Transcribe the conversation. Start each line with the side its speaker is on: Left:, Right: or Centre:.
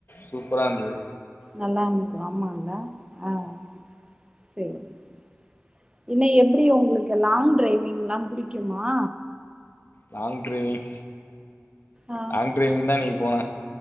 Left: சூப்பராருந்தது
Right: நல்லான்க்கு ஆமால ஆ ஆ சேரி சேரி என்ன எப்டி ஒங்ளுக்கு லாங் டிரைவிங்ல்லா புடிக்குமா
Left: லாங் டிரைவிங்
Right: ஆ
Left: லாங் டிரைவிங் தா இன்னக்கி போன